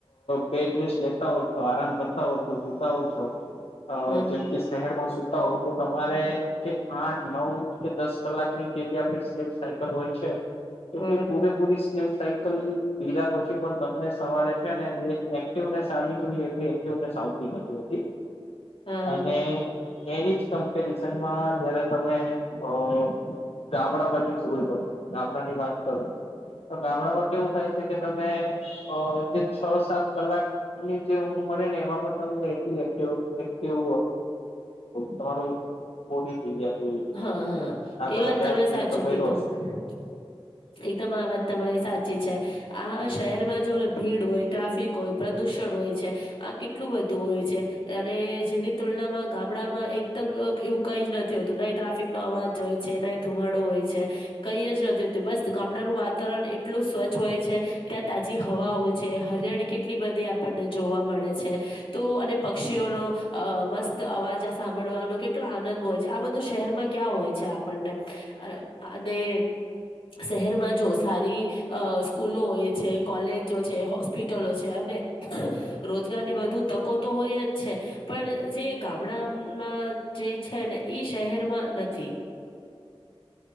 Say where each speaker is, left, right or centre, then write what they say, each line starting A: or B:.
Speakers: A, on the left; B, on the left.
A: બે ડ્રેસ લેતા હો છો આરામ કરતા હો છો જોતા હો છો અ
B: હ હ
A: જેમ કે શહેરમાં સુતા હો તો તમારે કે આઠ નવ કે દસ કલાકની જે આપ સ્લીપ સાયકલ હોય છે
B: હ હ હ
A: એટલી પૂરેપૂરી સ્લીપ સાય બીધા પછી પણ તમને સવારે છે ને જે એક્ટિવનેસ આવી જોઈએ એટલી એક્ટિવ નથીતી
B: હા
A: અને એની જ કમ્પેરિશનમાં જયારે તમે અ ગામડા બાજુ ક ગામડા ની વાત કરો તો ગામડામાં કેવું થાય છે કે તમે જે છ સાત કલાકની જે ઊંઘ મળેને એમાં પણ તમનેટ એક્ટિવ તમારું બોડી થઈ જતું હોય છે
B: હા હા
A: આ
B: એ વાત
A: ક્યારેક
B: તમે
A: ફીલ
B: સાચું
A: તો કર્યો
B: કીધું
A: હશે
B: એકદમ આ તમારી સાચી છે આ શહેરમાં જો ભીડ હોય ટ્રાફિક હોય પ્રદુષણ હોય છે આ કેટલું બધું હોય છે, અને જેની તુલનામાં ગામડામાં એકદમ એવું કંઈ જ નથી હોતું ને? ટ્રાફિક નો અવાજ જોય છે ને, ધુમાડો. કંઈ જ નથી, બસ ગામડાનું વાતાવરણ એટલું સ્વચ્છ હોય છે, ત્યાં તાજી હવા છે, હરિયાળી કેટલી બધી આપણને જોવા મળે છે, તો અને પક્ષીઓનો મસ્ત અવાજ સાંભળવાનો કેટલો આનંદ હોય છે, આ બધો શહેરમાં ક્યાં હોય છે આપણને, અને? શહેરમાં જો સારી સ્કૂલો હોય છે, કોલેજો છે, હોસ્પિટલો છે. રોજગારની વધુ તકો તો હોય જ છે, પણ જે ગામડામાં જે છે ને, ઈ શહેરમાં નથી.